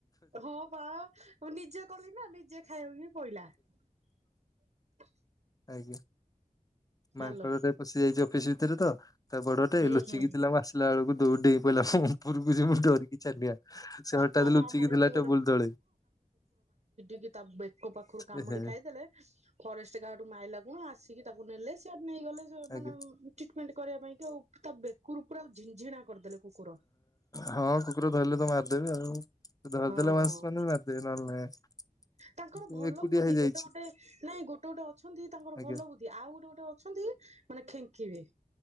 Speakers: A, on the right (about 55°); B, on the left (about 25°).
A: ହଁ ବା ମୁଁ ନିଜେ କଲି ନା, ନିଜେ ଖାଇବାକୁ ହିଁ ପଇଲା। <inaudible>
B: ଆଜ୍ଞା
A: ହାଲୋ
B: ମାଙ୍କଡଟେ ପଶି ଯାଇଛି ଅଫିସ ଭିତରେ ତ। ତା ବଡଟେ
A: ହୁଁ
B: ଲୁଚିକି
A: ହୁଁ।
B: ଥିଲା, ମୁଁ ଆସିଲା ବେଳକୁ ଦୌଡ଼ିକି ପଳେଇଲା ଉପରକୁ ଯେ ମୁଁ ଡରିକି ଛାନିଆ, ସେ ହଠାତ୍
A: ହଁ ବା
B: ଲୁଚିକି
A: ଆମର ଏଠି
B: ଥିଲା ଟେବୁଲ ତଳେ।
A: ଇଏ ତା ବେକ ପାଖରୁ କାମୁଡି
B: ଏହେ
A: ଖାଇଦେଲେ, ଫରେଷ୍ଟ ଗାର୍ଡ ମାଇଲା ଗୁଣ ଆସିକି ତାକୁ ନେଲେ ସଆ ନେଇଗଲେ
B: ଆଜ୍ଞା
A: ମାନେ ଟ୍ରିଟମେଣ୍ଟ କରିବା ପାଇଁ। ଆଉ ତା ବେ କୁରୁ କୁରା ଝିଝିଣା କରିଦେଲେ, କୁକୁର
B: ହଁ କୁକୁର ଧରିଲେ ତ ମାରିଦେବି ଆଉ। ଧରିଦେଲେ
A: ହଁ।
B: ମାଂସ ମାନେ ବି ମାରିଦେବେ ନହେଲେ ନାହିଁ।
A: ତାଙ୍କର
B: ସେ
A: ଭଲ
B: ଏକୁଟିଆ
A: ବୁଦ୍ଧି
B: ହେଇଯାଇଛି
A: ଗୋଟେ ଗୋଟେ ନାଇଁ ଗୋଟେ ଗୋଟେ ଅଛନ୍ତି ତାଙ୍କର
B: ଆଜ୍ଞା।
A: ଭଲ ବୁଦ୍ଧି ଆଉ ଗୋଟେ ଗୋଟେ ଅଛନ୍ତି, ମାନେ ଖେଙ୍କିବେ।